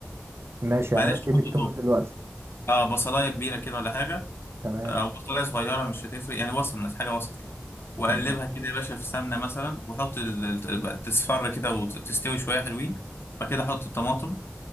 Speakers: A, on the right; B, on the left.
A: ماشي
B: بلاش
A: يعني انا اسيب
B: تحط
A: التوم
B: توم
A: دلوقتي
B: اه بصلاية كبيرة كده ولا حاجة
A: تمام
B: او بصلايه صغيره مش هتفرق يعني وسط بس حاجه وسط كده واقلبها
A: تمام
B: كده يا باشا في سمنه مثلا وحط ال... ال- تصفر كده وتستوي شويه حلوين بعد كده حط الطماطم